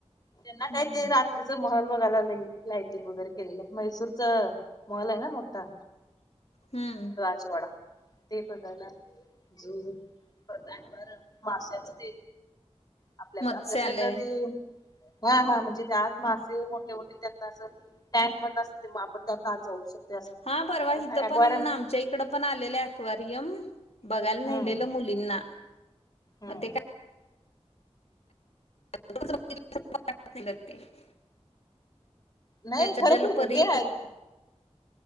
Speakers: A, on the left; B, on the left.
A: त्यांना
B: हम्म
A: काय ते रात्रीच महल बघायला. लय लायटिंग वगैरे केलेलं मैसूरचा महल आहे ना मोठा
B: हम्म
A: राजवाडा ते बघायला. झु परत आणि ते माश्याच ते आपल्या
B: मत्स्यालय
A: आपल्या साईडला ते हा हा म्हणजे त्या आत मासे मोठे मोठे त्यातन असं टँक मध असत ते मग आपण त्यातन आत जाऊ शकतो. असं
B: हा परवा हिथं
A: काय अक्वारियम
B: पण आमच्या इकड पण आलेलं आकवारियम बघायला
A: हम्म
B: नेलेलं मुलींना
A: हम्म
B: मग ते काय <unintelligible>
A: नाही
B: त्याच्या
A: खरोखर
B: जलपरी
A: ते आहेत